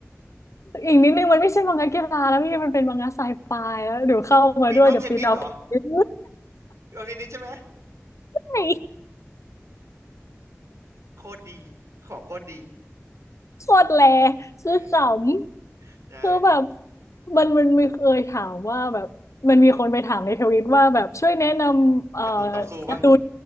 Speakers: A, on the left; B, on the right.
A: อีกนิดนึงมันไม่ใช่มังงะกีฬาแล้วพี่มันเป็นมังงะไซไฟแล้วเดี๋ยวเข้ามาด้วยเดี๋ยวปีนเอาเทน
B: ปินออฟเทนนิสเหรอปินออฟเทนนิสใช่ไหม
A: <laughs>
B: โคตรดีของโคตรดี
A: โคตรแลคือข
B: เออ
A: ำคือแบบ
B: ใช่
A: มันมันมีเคยถามว่าแบบมันมีคนไปถามในทวิตว่าแบบช่วยแนะนำเอ่อ
B: การ์ตูนต่อสู้ปะ
A: การ์ตูน